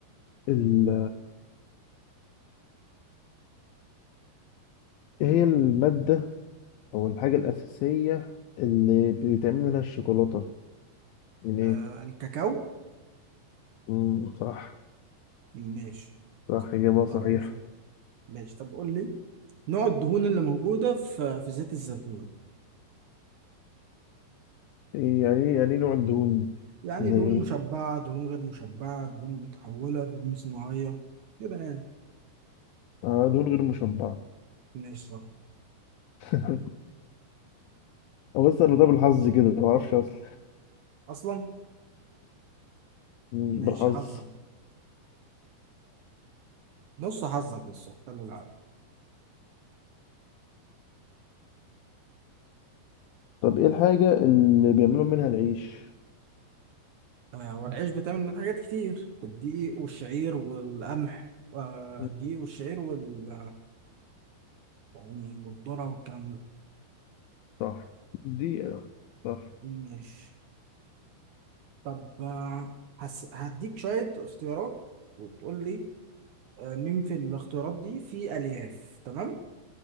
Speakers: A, on the left (about 80°); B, on the right (about 65°).
A: ال... ايه هي المادة أو الحاجة الأساسية اللي بيتعمل منها الشوكولاتة من ايه؟
B: آه الكاكاو
A: مم، صح
B: ماشي
A: صح إجابة
B: معروفة
A: صحيحة
B: ماشي طب قول لي نوع الدهون اللي موجودة في في زيت الزيتون
A: إيه يعني إيه يعني نوع الدهون
B: يعني
A: زي
B: دهون
A: ايه؟
B: مشبعة دهون غير مشبعة دهون متحولة دهون صناعية كده يعني
A: آه، دهون غير مشبعة
B: ماشي صح
A: <laughs> أو بس أنا
B: دورك
A: ده بالحظ كده ما أعرفش أصلا
B: اصلا
A: مم،
B: ماشي
A: بالحظ
B: حظك نص حظك بس اختار العادي
A: طب إيه الحاجة اللي بيعملوا منها العيش؟
B: آه والعيش بتعمل من حاجات كتير الدقيق والشعير والقمح آه
A: مم،
B: الدقيق والشعير وال يعني والذرة والكلام ده
A: صح دي صح
B: ماشي طب آه هس... هديك شوية اختيارات وتقول لي آه مين في الاختيارات دي فيه ألياف تمام